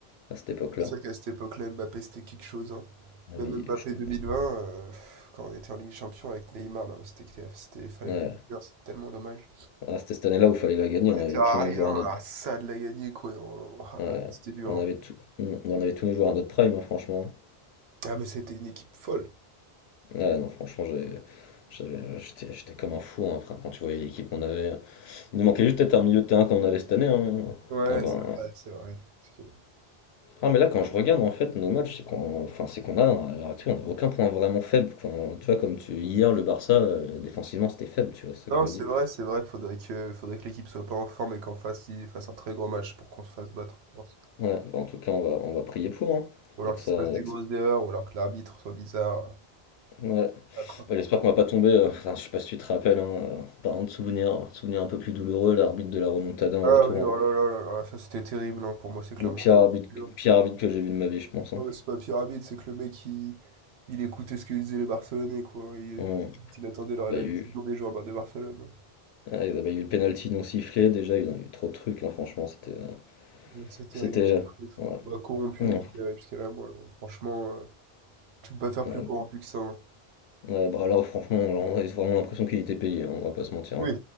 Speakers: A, on the left (about 80°); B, on the right (about 80°).
A: à cette époque-là.
B: C'est vrai qu'à cette époque-là, Mbappé, c'était quelque chose. hein.
A: Ah,
B: Même
A: mais
B: Mbappé
A: je comprends.
B: 2020, euh, pff, quand on était en Ligue des Champions avec Neymar, non, mais c'était, c'était, c'était- fallait
A: Ouais.
B: la gagner, hein, c'est tellement dommage.
A: Ah, c'était cette année-là où il fallait la gagner,
B: On était
A: on avait
B: à
A: tous nos
B: rien,
A: joueurs à notre...
B: à ça de la gagner, quoi. on- on- ah,
A: ouais,
B: c'était dur.
A: on
B: hein.
A: avait tout- on on avait tous nos joueurs à notre prime, hein, franchement.
B: Ah, mais c'était une équipe folle.
A: Ouais, non, franchement, j'ai... J'avais- J'étais j'étais comme un fou hein, frère, quand tu voyais l'équipe qu'on avait. Il nous manquait juste peut-être un milieu de terrain qu'on avait cette année. hein.
B: Ouais,
A: Ah ben,
B: c'est vrai, c'est vrai. Parce que-
A: Non mais là quand je regarde en fait nos matchs, c'est qu'on enfin, c'est qu'on a à l'heure actuelle on a aucun point vraiment faible. Quand, tu vois comme tu, hier le Barça euh, défensivement c'était faible, tu vois, c'est ça
B: Non,
A: que je me
B: c'est
A: dis.
B: vrai, c'est vrai. Faudrait que, faudrait que l'équipe soit pas en forme et qu'en face, ils fassent un très gros match pour qu'on se fasse battre, je pense.
A: Ouais, bah, en tout cas on va, on va prier pour hein,
B: Ou alors
A: et que
B: qu'il
A: ça,
B: se
A: et
B: passe des grosses erreurs, ou alors que l'arbitre soit bizarre.
A: que- ouais.
B: Ah, quoi.
A: Ouais, j'espère qu'on va pas tomber. euh, enfin, je sais pas si tu te rappelles, hein, euh, parlant de souvenirs, souvenirs un peu plus douloureux, l'arbitre de la remontada en
B: Ah
A: retour.
B: oui, oh
A: hein.
B: là là là là, ça c'était terrible, hein. Pour moi, c'est clairement
A: Le pire
B: corrompu.
A: arbitre,
B: hein.
A: pire arbitre que j'ai vu de ma vie, je pense. hein.
B: Non, mais c'est pas pyramide, c'est que le mec, il, il écoutait ce que disaient les Barcelonais, quoi. Il,
A: Hum,
B: il attendait la,
A: bah,
B: la
A: il y
B: décision
A: a eu,
B: des joueurs bah, de Barcelone. hein.
A: ouais, bah, il y a eu le penalty non sifflé, déjà il y a eu, il y a eu trop de trucs, hein, franchement, c'était. euh,
B: Donc, C'est terrible.
A: c'était.
B: c'est-
A: euh, ouais.
B: Bah, corrompu
A: Hum,
B: jusqu'à jusqu'à la moelle. hein. Franchement, euh, tu peux pas faire
A: ouais,
B: plus corrompu que ça. hein.
A: Euh, bah là, franchement, là, on avait vraiment l'impression qu'il était payé, hein, on va pas se mentir.
B: Oui,
A: hein.